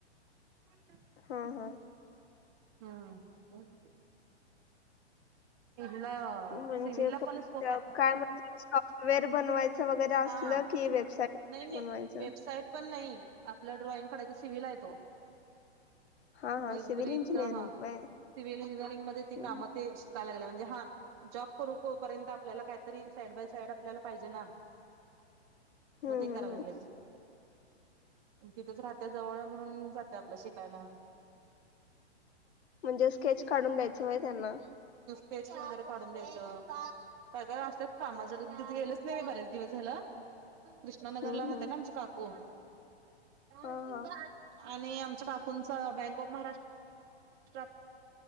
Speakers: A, on the right; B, on the left.
A: <unintelligible>
B: हा हा
A: ह हा <unintelligible> इला
B: म्हणजे
A: सिवल ला
B: कोणत्या
A: पण स्कोप आहे
B: काय म्हणजे सॉफ्टवेअर बनवायचं वगैरे असलं
A: हा
B: की वेबसाईट वगैरे
A: नाही नाही
B: बनवायचं?
A: वेबसाईट पण नाही आपलं ड्रॉइंग कडे सिवल आहे तो
B: हां, हां.
A: मग
B: सिव्हिल
A: ब्रिज
B: इंजिनिअरिंग
A: हा
B: व्हय?
A: सिव्हल इंजिनिअरिंग मध्ये ते
B: हं,
A: काम
B: हं.
A: ते णजे हा जॉब करूर्यंत आपल्याला काहीतरी साईड बाय साईड आपल्याला पाहिजे ना
B: हं,
A: मग ते
B: हं,
A: करायलागेले
B: हं.
A: ते तिथंच राहते जवळ म्हणून जाते आपलं शिकायला
B: म्हणजे स्केच काढून द्यायच वय त्यांना
A: पेच वगैरे काढून द्यायचं काय काय असं कामा ज कि गेलंच नाही म बर्याच दिवस झालं कृष्णानगर
B: हं,
A: ला राहते
B: हं.
A: ना आमचे काकू का
B: हां, हां.
A: आम काक बँक ऑफ महाराष्ट